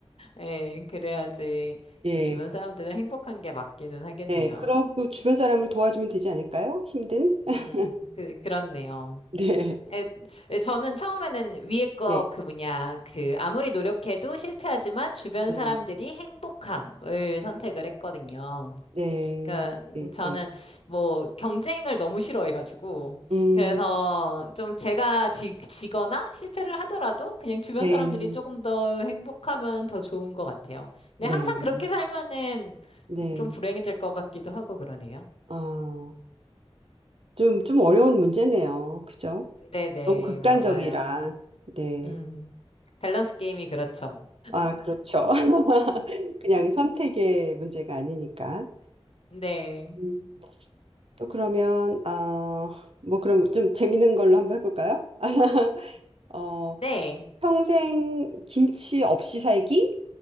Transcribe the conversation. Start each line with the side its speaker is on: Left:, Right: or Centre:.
Left: 예, 그래야지
Right: 예,
Left: 주변 사람들은 행복한 게 맞기는 하겠네요.
Right: 네 그러고 주변 사람을 도와주면 되지 않을까요? 힘든 <laughs>
Left: 음, 그, 그렇네요.
Right: 네
Left: 에, 에, 저는 처음에는 위에 거
Right: 네
Left: 그 뭐냐 그 아무리 노력해도 실패하지만 주변
Right: 네
Left: 사람들이 행복함을 선택을 했거든요.
Right: 네
Left: 그
Right: 네
Left: 저는
Right: 예
Left: 뭐 경쟁을 너무 싫어해가지고
Right: 음,
Left: 그래서 좀 제가 지, 지거나 실패를 하더라도 그냥 주변
Right: 네,
Left: 사람들이 조금 더 행복하면 더 좋은 것 같아요. 근데
Right: 네,
Left: 항상 그렇게 살면은
Right: 네.
Left: 좀 불행해질 것 같기도 하고 그러네요.
Right: 아, 좀, 좀 어려운 문제네요. 그죠?
Left: 네네
Right: 너무 아, 극단적이라.
Left: 맞아요.
Right: 네.
Left: 음 밸런스 게임이 그렇죠 뭐.
Right: 아, 그렇죠. <laughs> 그냥 선택의 문제가 아니니까.
Left: 네,
Right: 음, 또 그러면, 어, 뭐 그럼 좀 재밌는 걸로 한번 해볼까요? <laughs> 어,
Left: 네,
Right: 평생 김치 없이 살기?